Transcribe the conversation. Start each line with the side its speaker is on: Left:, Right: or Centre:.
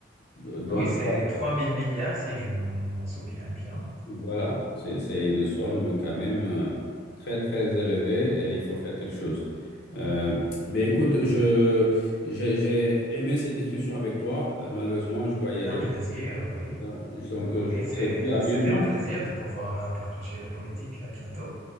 Left: do- donc,
Right: Oui, c'est
Left: voilà,
Right: 3000 milliards, si je m'en souviens bien.
Left: voilà. C'est, c'est une somme quand même euh, très, très élevée et il faut faire quelque chose. Euh, ben écoute, je, j'ai, j'ai aimé ces discussions avec toi. Euh, malheureusement, je dois y aller.
Right: C'est un plaisir, oui.
Left: Euh, Donc,
Right: Oui,
Left: euh, je,
Right: c'est,
Left: on se dit à bientôt.
Right: c'était un plaisir de pouvoir euh, partager la politique. À bientôt.